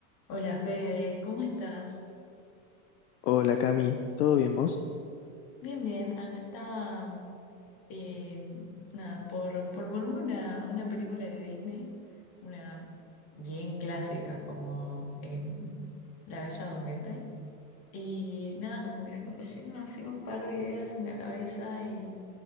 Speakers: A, on the left (about 45°); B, on the left (about 75°).
A: Hola Fede, ¿cómo estás?
B: Hola Cami, ¿todo bien vos?
A: Bien, bien, acá estaba, mm, eh, nada, por, por verme una, una película de Disney, una bien clásica como em, La Bella Durmiente, y nada, como que se me cayeron así un par de ideas en la cabeza y,